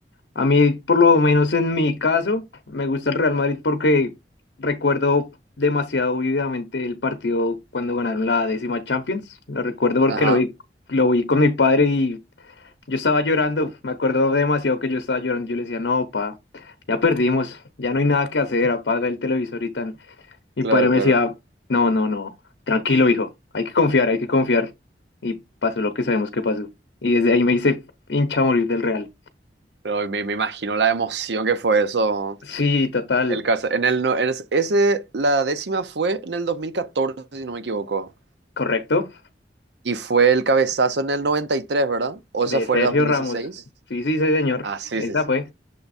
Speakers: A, on the left; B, on the right.
A: A mí, por lo menos en mi caso, me gusta el Real Madrid porque recuerdo demasiado vividamente el partido cuando ganaron la décima Champions. Lo recuerdo porque
B: Ajá,
A: lo vi, lo vi con mi padre y Yo estaba llorando, me acuerdo demasiado que yo estaba llorando. Yo le decía, no, pa, ya perdimos, ya no hay nada que hacer, apaga el televisor y tan. Mi
B: claro,
A: padre me
B: claro.
A: decía, no, no, no, tranquilo, hijo, hay que confiar, hay que confiar. Y pasó lo que sabemos que pasó. Y desde ahí me hice hincha a morir del Real.
B: Pero me, me imagino la emoción que fue eso.
A: Sí, total,
B: El, caso. en el, no- en ese, la décima fue en el 2014, si no me equivoco.
A: correcto,
B: Y fue el cabezazo en el 93, ¿verdad? ¿O
A: de
B: ese fue
A: Sergio
B: el dos mil
A: Ramos.
B: dieciséis.
A: Sí, sí, sí, señor,
B: Ah, sí,
A: esa
B: sí, sí.
A: fue.